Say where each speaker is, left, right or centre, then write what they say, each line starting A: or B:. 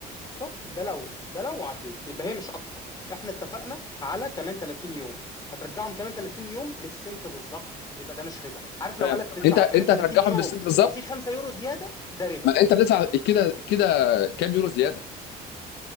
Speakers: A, on the left; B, on the left.
A: شفت ده لو ده لو عديت يبقى هي مش اكتر احنا اتفقنا على كمان 30 يوم هترجعهم كمان 30 يوم بالسنت بالظبط يبقى ده مش ربا عارف
B: فاهم
A: لو قالك تدفع
B: انت
A: كمان
B: انت
A: 30
B: هترجعهم
A: يوم
B: بالسنت بالظبط
A: وفي 5 يورو زياده ده ربا
B: ما انت بتدفع كده كده كام يورو زياده